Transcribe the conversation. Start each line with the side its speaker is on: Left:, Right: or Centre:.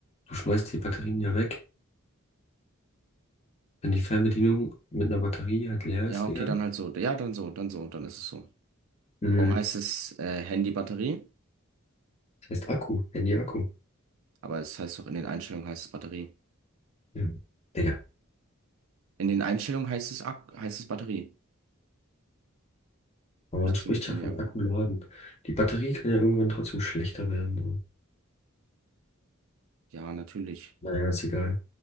Left: Du schmeißt die Batterien ja weg. Wenn die Fernbedienung mit einer Batterie halt leer
Right: Ja,
Left: ist,
Right: okay,
Left: Digga.
Right: dann halt so. Ja, dann so, dann so, dann ist es so.
Left: Mhm.
Right: Warum heißt es äh, Handy-Batterie?
Left: Das heißt Akku, Handy-Akku.
Right: Aber es heißt doch, in den Einstellungen heißt es Batterie.
Left: Ja. Digga,
Right: In den Einstellungen heißt es, Ak heißt es Batterie.
Left: aber
Right: Ich
Left: man spricht
Right: ziehe mit Handy-Akku.
Left: ja von Akku laden. Die Batterie kann ja irgendwann trotzdem schlechter werden. So.
Right: Ja, natürlich.
Left: Naja, ist egal.